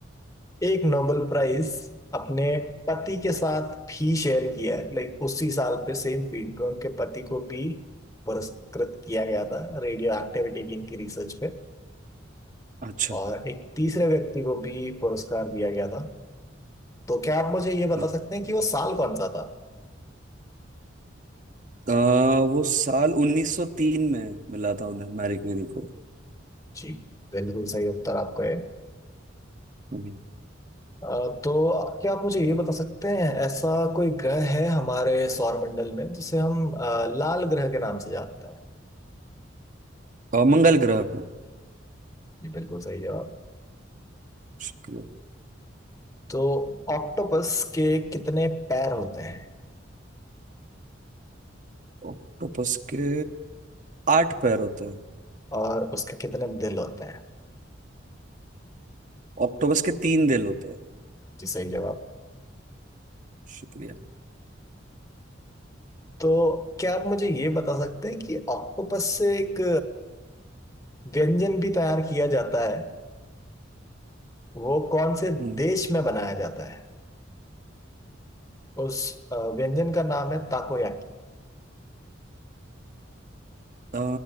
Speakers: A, on the left; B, on the right.
A: एक नोबेल प्राइज अपने पति के साथ भी शेयर किया है लाइक उसी साल पे सेम फील्ड पे उनके पति को भी पुरस्कृत किया गया था रेडियो एक्टिविटी की इनकी रिसर्च पे
B: अच्छा
A: और एक तीसरे व्यक्ति को भी पुरस्कार दिया गया था तो क्या आप मुझे ये बता
B: वो
A: सकते हैं कि वो साल कौन सा था
B: अ, वो साल 1903 में मिला था उन्हें मैरी क्यूरी को
A: जी बिल्कुल सही उत्तर आपका है
B: हम्म,
A: अ, तो क्या आप मुझे ये बता सकते हैं ऐसा कोई ग्रह है हमारे सौरमंडल में जिसे हम अ, लाल ग्रह के नाम से जानते हैं
B: और मंगल ग्रह को
A: जी बिल्कुल सही जवाब
B: शुक्रिया
A: तो ऑक्टोपस के कितने पैर होते हैं
B: ऑक्टोपस के आठ पैर होते हैं
A: और उसके कितने दिल होते हैं
B: ऑक्टोपस के तीन दिल होते हैं
A: जी सही जवाब
B: शुक्रिया
A: तो क्या आप मुझे ये बता सकते हैं कि ऑक्टोपस से एक व्यंजन भी तैयार किया जाता है वो कौन से
B: हम्म,
A: देश में बनाया जाता है उस अ, व्यंजन का नाम है ताकोयाकी
B: अ,